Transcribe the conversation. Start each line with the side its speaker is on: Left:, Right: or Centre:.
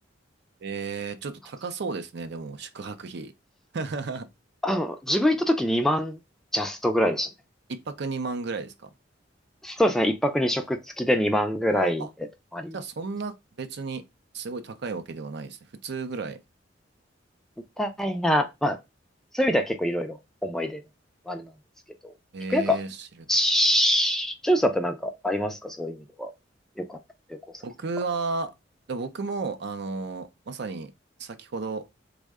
Right: えー、ちょっと高そうですね、
Centre: 感じ。
Right: でも、宿泊費。<laughs>
Centre: あの、自分行った時2万ジャストぐらいでしたね。
Right: 一泊二万ぐらいですか
Centre: そうですね。一泊二食付きで2万ぐらいで泊まり。
Right: ああ、じゃあそんな別にすごい高いわけではないですね。普通ぐらい。
Centre: たいな、まあ、そういう意味では結構いろいろ思い出のあれなんですけど、
Right: えー、
Centre: 結構なんか、
Right: 知床。
Centre: しジュンさってなんかありますかそういう意味では。よかった。旅行先とか。
Right: 僕は、で僕も、あのーまさに先ほど